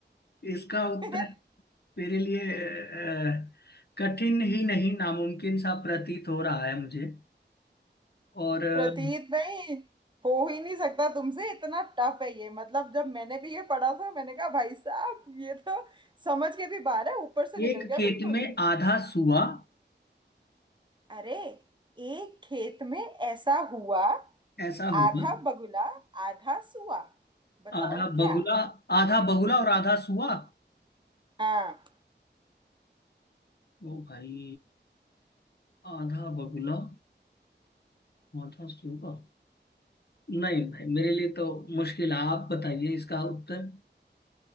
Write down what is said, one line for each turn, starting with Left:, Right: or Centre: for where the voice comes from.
Left: इसका उत्तर
Right: <laughs>
Left: मेरे लिए अ, कठिन ही नहीं नामुमकिन सा प्रतीत हो रहा है मुझे और अ,
Right: प्रतीत नहीं हो ही नहीं सकता तुमसे इतना टफ है ये मतलब जब मैंने भी ये पढ़ा था मैंने कहा भाई साहब ये तो समझ के भी बाहर है ऊपर से निकल
Left: एक
Right: गया
Left: खेत
Right: बिल्कुल
Left: में आधा सुआ
Right: अरे एक खेत में ऐसा हुआ
Left: ऐसा होगा
Right: आधा बगुला आधा सुआ बताओ
Left: आधा
Right: क्या
Left: बगुला आधा बगुला और आधा सुआ
Right: हाँ
Left: ओ भाई आधा बगुला आधा सूगा नहीं भाई मेरे लिए तो मुश्किल है। आप बताइए इसका उत्तर